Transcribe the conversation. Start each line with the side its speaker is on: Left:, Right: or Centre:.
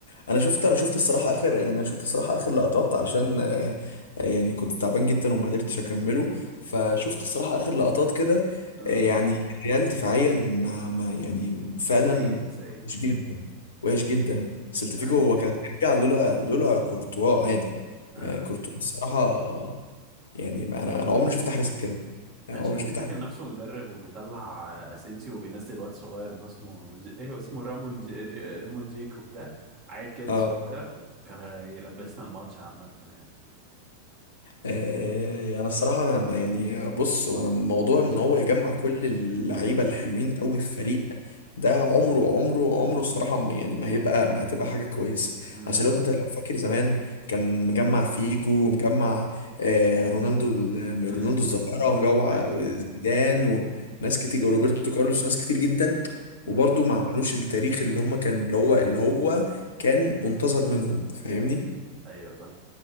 Left: انا شفت انا شفت الصراحه اخر يعني انا شفت الصراحه اخر لقطات علشان آه، آه، يعني كنت تعبان جدا وما قدرتش اكمله فشفت الصراحه اخر لقطات كده
Right: امم
Left: آه، يعني الريال دفاعيا ما, ما يعني فعلا
Right: سيء سيء
Left: وحش جدا وحش جدا سلتفيكو
Right: آه.
Left: هو كان بيرجع لولا لولا كورتوا عادي
Right: آه.
Left: آه، كورتوا الصراحه آه، يعني انا انا عمري ما شفت حارس كده يعني
Right: انشيلوتي
Left: عمري ما شفت
Right: فاكر
Left: حارس
Right: نفسه مدرب وبيطلع آه، اسينسيو وبينزل واد صغير اللي هو اسمه ج... ايه هو اسمه رامون ج... ري- رامون جيكوب ده عيل كده
Left: اه
Right: صغير كان يلبسنا الماتش عامة يعني
Left: آه، انا الصراحه انا ما- يعني بص وانا موضوع ان هو يجمع كل اللعيبه الحلوين قوي في فريق ده عمره عمره عمره الصراحه م- يعني ما هيبقى ما هتبقى حاجه كويسه
Right: امم
Left: عشان لو انت لو فاكر زمان كان مجمع فيجو مجمع آه، رونالدو ال-
Right: امم
Left: رونالدو الظاهره ومجمع
Right: ايوه
Left: زيدان وناس كتير روبرتو كارلوس وناس كتير جدا
Right: امم
Left: وبرضه ما عملوش التاريخ اللي هم كان اللي هو اللي هو كان منتظر منهم فاهمني
Right: ايوه فاهم